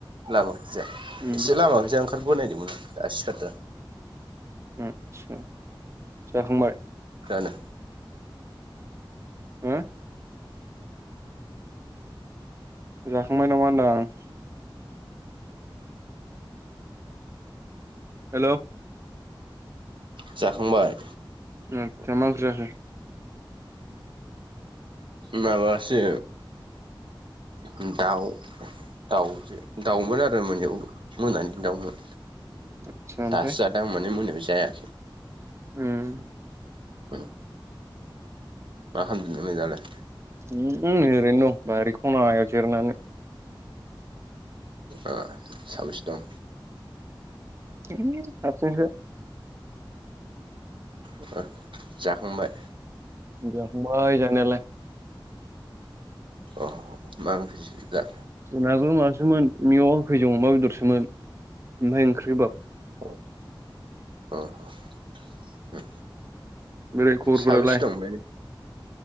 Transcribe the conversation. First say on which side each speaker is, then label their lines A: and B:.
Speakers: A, on the right; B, on the right.
A: लामा खैजा
B: उम
A: एसे लामा खैजा ओंखार बोनायदोंमोन आं दासो सिखारदों।
B: उम सा जाखांबाय?
A: फोरानो
B: हो जाखांबाय नामा होनदां। हेलौ
A: जाखांबाय।
B: उम ओमफ्राय मा ओंख्रि जाखो?
A: माबासे उम दाउ दाउजो दाउमोन आरो मोनायाव मोनानि दाउमोन।
B: आथसा ओमफ्राय
A: दासो जादों आं माने मोनायाव जायाखै।
B: उम
A: उम मा खामदों <unintelligible> जालाय
B: उम नै‌ ओरैनो दं बारि खना हायाव जिरनानै।
A: ओ साबैसे दं?
B: ओ हारसिंनो।
A: ओ जाखांबाय।
B: जाखांबाय जानायालाय।
A: अ' मा ओंख्रि जाखो?
B: जोंनाबो माबासोमोन मेवा गोखैजों अमा बेदरसोमोन। ओमफ्राय ओंख्रि गोबाब
A: औ अ' उम
B: बोरै खबरफोरालाय
A: साबैसे दं ओमफाय